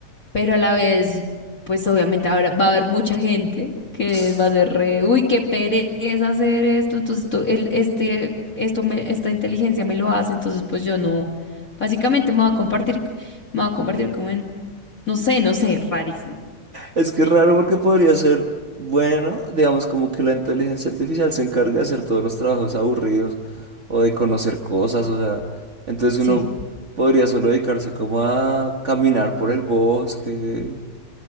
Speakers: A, on the left; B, on the right.
A: pero a la vez, pues obviamente ahora va a haber mucha gente que
B: sí.
A: va a ser re, uy, qué pereza hacer esto, entonces esto, el, este, esto me, esta inteligencia me lo hace, entonces pues yo no, básicamente me va a compartir, me va a convertir como en, no sé, no sé, rarísimo.
B: Es que es raro porque podría ser, bueno, digamos como que la inteligencia artificial se encarga de hacer todos los trabajos aburridos o de conocer cosas, o sea, entonces
A: Sí,
B: uno podría solo dedicarse como a caminar por el bosque